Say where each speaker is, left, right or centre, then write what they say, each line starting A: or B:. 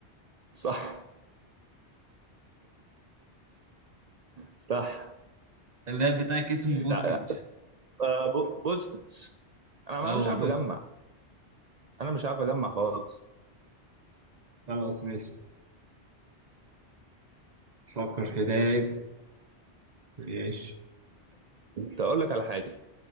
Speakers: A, on the right; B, on the right.
A: صح صح
B: اللاعب بتاعك اسمه بوسكيتش
A: تع- آه، بو- بوسكيتس انا
B: أو
A: أنا مش عارف
B: بوس
A: اجمع انا مش عارف اجمع خالص
B: خلاص ماشي فكر في لاعب ماشي
A: تقول لك على حاجه